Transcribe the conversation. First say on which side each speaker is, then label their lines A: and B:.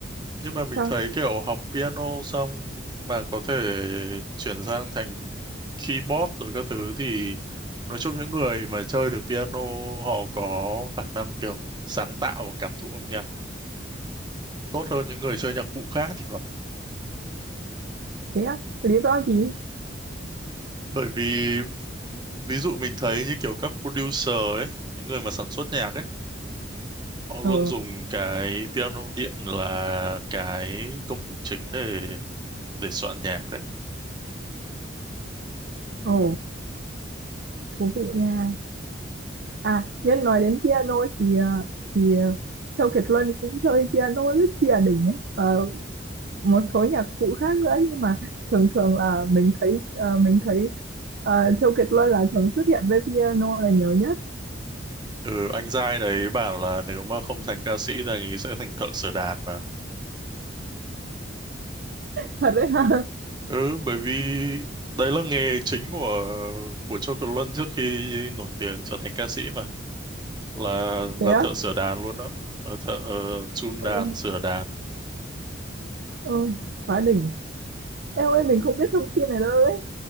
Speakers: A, on the right; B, on the right.
A: nhưng mà mình
B: sao
A: thấy kiểu học piano xong mà có thể chuyển sang thành keyboard rồi các thứ thì nói chung những người mà chơi được piano họ có khả năng kiểu sáng tạo và cảm thụ âm nhạc tốt hơn những người chơi nhạc cụ khác thì phải
B: thế á lý do gì
A: bởi vì ví dụ mình thấy như kiểu các producer ấy những người mà sản xuất nhạc ấy họ
B: ờ
A: luôn dùng cái piano điện là cái công cụ chính để để soạn nhạc ấy.
B: ồ thú vị nha à nhân nói đến piano thì ờ, thì ờ, Châu Kiệt Luân cũng chơi piano rất chìa đỉnh ấy Ờ, một số nhạc cụ khác nữa nhưng mà thường thường là mình thấy ờ, mình thấy ờ, Châu Kiệt Luân là thường xuất hiện với piano là nhiều nhất
A: Ừ, anh giai đấy bảo là nếu mà không thành ca sĩ thì anh ấy sẽ thành thợ sửa đàn mà.
B: thật đấy hả <laughs>
A: Ừ, bởi vì đấy là nghề chính của của Châu Kiệt Luân trước khi nổi tiếng trở thành ca sĩ mà là
B: thế
A: là
B: á
A: thợ sửa đàn luôn đó, là thợ uh, chun
B: ôi
A: đàn sửa đàn.
B: ôi quá đỉnh em ơi mình không biết thông tin này đâu đấy